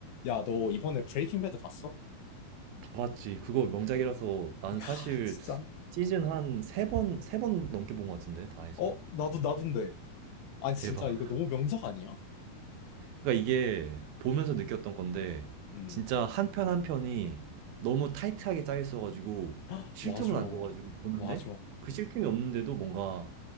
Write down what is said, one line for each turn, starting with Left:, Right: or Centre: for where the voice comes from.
Left: 야, 너 이번에 브레이킹 배드 봤어?
Right: 봤지. 그거 명작이라서 난
Left: 야,
Right: 사실
Left: 진짜.
Right: 시즌 한 세 번, 세 번 넘게 본 것 같은데, 다 해서.
Left: 어, 나도, 나도인데. 아니,
Right: 대박.
Left: 진짜 이거 너무 명작 아니야?
Right: 그러니까 이게 보면서 느꼈던 건데,
Left: 음.
Right: 진짜 한 편 한 편이 너무 타이트하게 짜여 있어가지고,
Left: <gasps> 헉,
Right: 쉴
Left: 맞아.
Right: 틈을 안 줘가지고 보는데,
Left: 맞아.
Right: 그 쉴 틈이 없는데도 뭔가